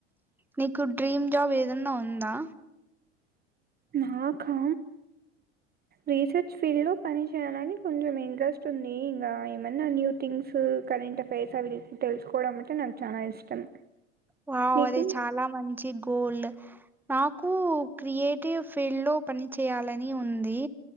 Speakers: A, in the centre; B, on the right.
A: నీకు డ్రీమ్ జాబ్ ఏదన్నా ఉందా
B: నాకా రీసెర్చ్ ఫీల్డ్ లో పని చేయాలనికి కొంచెం ఇంట్రెస్ట్ ఉంది ఇంకా ఏమన్నా న్యూ థింగ్స్ కరెంట్ అఫైర్స్ అవి తెలుసుకోవడం అంటే నాకు చాలా ఇష్టం
A: వాఓ
B: నీకు
A: అదే చాలా మంది చ్చి గోల్ నాకు క్రియేట్ ఫీల్డ్ లో పని చేయాలని ఉంది